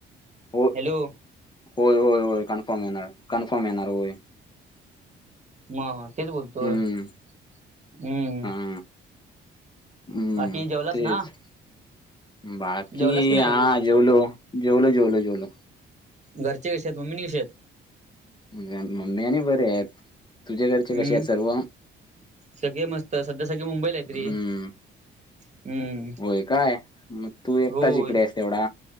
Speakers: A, on the left (about 20°); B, on the right (about 35°).
A: हो
B: हॅलो.
A: होय होय होय कन्फर्म येणार कन्फर्म येणार होय
B: म तेच बोलतोय
A: हम्म
B: हम्म
A: हा हम्म
B: बाकी जेवलास
A: तेच
B: ना
A: बाकी
B: जेवलास की नाही
A: हा
B: अजून
A: जेवलो जेवलो जेवलो जेवलो.
B: घरच्या कष आहेत मम्मीनी कशी आहेत.
A: म्हणजे मम्मी आणि बरे आहेत. तुझे घरचे
B: हम्म
A: कसे आहेत सर्व
B: सगळे मस्त सध्या सगळे मुंबईला आहेत
A: हम्म
B: रे हम्म
A: होय काय मग तू एकटाच
B: होय
A: इकडे आहे तेवढा